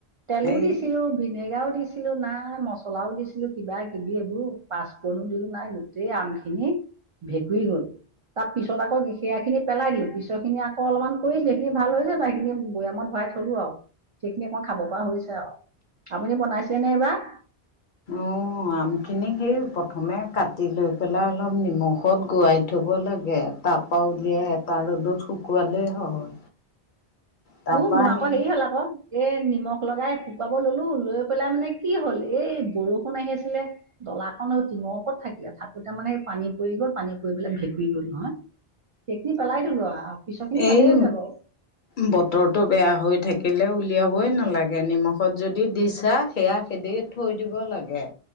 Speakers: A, on the right (about 55°); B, on the left (about 60°).
A: তেলো
B: এই
A: দিছিলো ভিনেগাৰও দিছি দিছিলো নাই মচলাও দিছিলো কিবা - কিবি এইবোৰ পাঁচফুৰণ দিলো নাই গোটেই আম খিনি। ভেকুঁৰী গ'ল, তাৰ পিছত আকৌ যি বেয়া খিনি পেলাই দিলো পিছৰ খিনি আকৌ অলপমান কৰিছিলো সেইখিনি ভাল হৈছে বাৰু সেইখিনি বৈয়ামত ভৰাই থলো আৰু। সেইখিনি অকমান খাব পৰা হৈছে আৰু আপুনি বনাইছিলে নে এইবাৰ?
B: অ' আমখিনি সেই প্ৰথমে কাটি লৈ পেলাই অলপ নিমখত গোৰাই ধুব লাগে তাৰপৰা উলিয়াই এটা ৰ'দত শুকুৱালে হয়। তাৰপা
A: উ, মোৰ আকৌ
B: সেই
A: হেৰি হ'ল আকৌ। এ' নিমখ লগাই শুকুৱাব ললো লৈ পেলাই মানে কি হ'ল এই বৰষুণ আহি আছিলে ডলাখন আৰু টিঙৰ ওপৰত থাকিলে থাকোতে মানে পানী পৰি গ'ল পানী পৰি পেলাই ভেঁকুৰি গ'ল নহয়। সেইখিনি পেলাই দিলো আৰু পিছৰ খিনি
B: এই
A: ভালেই হৈছে বাৰু।
B: বতৰটো বেয়া হৈ থাকিলে উলিয়াবই নালাগে নিমখত যদি দিছা সেয়া এনেই থৈ দিব লাগে।